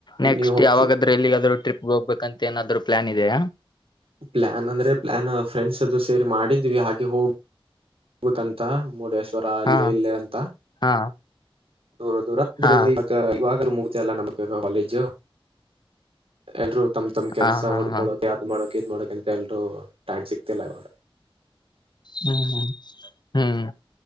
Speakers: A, on the left; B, on the right.
A: ನೆಕ್ಸ್ಟ್
B: ನೀವು ಹೋಗ್ತಿ
A: ಯಾವಾಗಾದ್ರೂ ಎಲ್ಲಿಗಾದ್ರೂ ಟ್ರಿಪ್ಗೆ ಹೋಗ್ಬೇಕಂತ ಏನಾದ್ೂ ಪ್ಲಾನ್ದೆಾ
B: ಪ್ಲ್ಯಾನ್ ಅಂದ್ರೆ ಪ್ಲ್ಾನ್ ಫ್ರೆಂಡ್ಸ್ ಅದು ಸೇರಿ ಮಾಡಿದ್ವಿ ಹಾಗೆ ಹೋಗ ಬಕಂತ ಮುರುಡೇಶ್ವರ ಅಲ್ಲಿ
A: ಹಾ
B: ಇಲ್ಲಿ ಅಂತ
A: ಹಾ
B: ದೂರ ದೂರ ಅಂದ್ರೆ
A: ಹಾ
B: ಇವಾಗವ ೂ ಮುಗತ ಅಲ್ಲ ನಮ ಕಾಲೇಜು ಎಲ್ರುೂ ತಮ್ ತಮ್ ಕೆಲಸ
A: ಹಾ ಹಾ
B: ಹುಡ್ಕೊಳೋಕ್
A: ಹಾ
B: ಯ್ದ್ ಮಾಡಕ ಇದ್ ಮಾಡಕಂತ ಎಲ್ರೂ ಟೈಮ್ ಸಿಕ್ತಿಲ್ಲ ಇವಾಗ
A: ಹ್ಮ ಹ್ಮ್